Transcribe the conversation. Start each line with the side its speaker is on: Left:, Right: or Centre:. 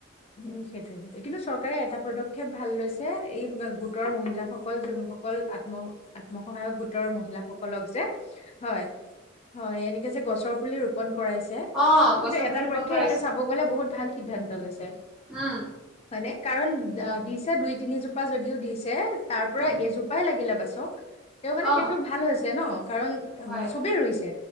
Left: উম, সেইটোৱে সে- কিন্তু চৰকাৰে এটা পদক্ষেপ ভাল লৈছে, এই গোটৰ মহিলাসকল যোনস কল আত্ম- আত্মসহায়ক গোটৰ মহিলাসকল যে, হয় হয়, এনেকে যে গছৰ পুলি ৰোপন কৰাইছে।
Centre: অ
Left: কিন্তু
Centre: গছৰ
Left: এটা
Centre: পুলি ৰোপন
Left: প্ৰক্ষে
Centre: কৰাইছে
Left: ইহঁতে চাব গ'লে বহুত ভাল সিদ্ধান্ত লৈছে।
Centre: উম
Left: হয় নে? কাৰণ
Centre: উম
Left: অ'- দিছে দুই-তিনি জো পা যদিও দিছে, তাৰ পৰা
Centre: উম
Left: এজোপাই লাগিলে বাচক। তেও মানে
Centre: অ
Left: সেইটো ভাল হৈছে, ন'। কাৰণ উম,
Centre: হয়
Left: চবে ৰুইছে।